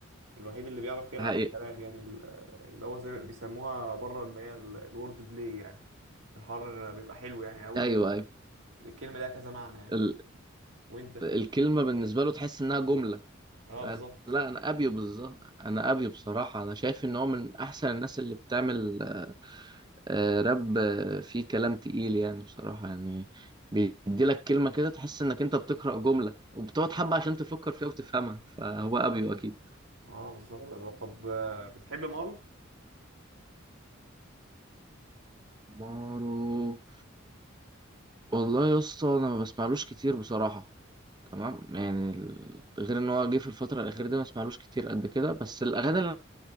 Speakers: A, on the right; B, on the right.
A: الوحيد اللي بيعرف يلعب
B: حقيقة
A: بالكلام يعني ال- اللي هو زي ما بيسموها بره اللي هي ال- الورد بلاي يعني الحوار بيبقى حلو يعني قوي
B: أيوه
A: الكلمة ليها كذا معنى يعني
B: ال...
A: وانت
B: الكلمة بالنسبة له تحس إنها جملة
A: اه بالظبط
B: أنا- لا أنا أبيو بالظبط أنا أبيو بصراحة أنا شايف إن هو من أحسن الناس اللي بتعمل آه، راب آه، فيه كلام تقيل يعني بصراحة يعني بيدي لك كلمة كده تحس إنك أنت بتقرأ جملة وبتقعد حبة عشان تفكر فيها وتفهمها فهو أبيو أكيد
A: اه بالظبط ده طب آه، بتحب مارو؟
B: مارو والله يا اسطى أنا ما بسمعلوش كتير بصراحة تمام يعني ال- غير إن هو جه في الفترة الأخيرة دي ما بسمعلوش كتير قد كده بس الأغاني اللي